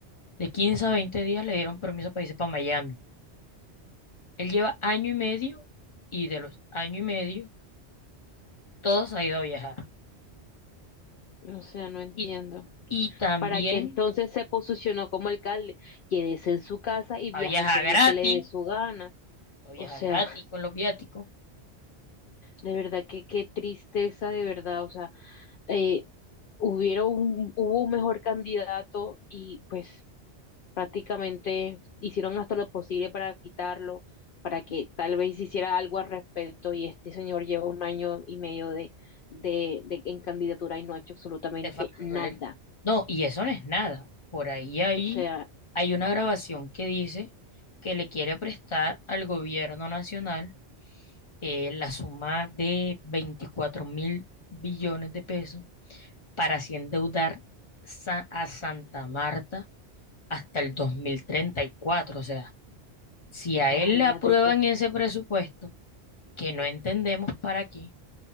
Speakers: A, on the left; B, on the left.
A: de 15 a 20 días le dieron permiso para irse para Miami. Él lleva año y medio y de los año y medio, todos ha ido a viajar.
B: o sea no entiendo.
A: Y y también
B: Para que entonces se posicionó como alcalde, quédese en su casa y
A: Pa'
B: viaje
A: viajar
B: todo
A: gratis,
B: lo que le dé su gana.
A: pa' viajar
B: O sea,
A: gratis con los viáticos,
B: de verdad que qué tristeza, de verdad. O sea, eh, hubiera un, hubo un mejor candidato y pues prácticamente hicieron hasta lo posible para quitarlo, para que tal vez hiciera algo al respecto y este señor lleva un año y medio de, de, de en candidatura y no ha hecho absolutamente
A: te faltan
B: nada.
A: dólares. No, y eso no es nada. Por ahí, ahí
B: O sea,
A: hay una grabación que dice que le quiere prestar al gobierno nacional eh, la suma de veinticuatro mil billones de pesos para así endeudar Sa- a Santa Marta hasta el dos mil treinta y cuatro O sea, si
B: imagínate
A: a él le aprueban
B: tú,
A: ese presupuesto, que no entendemos para qué,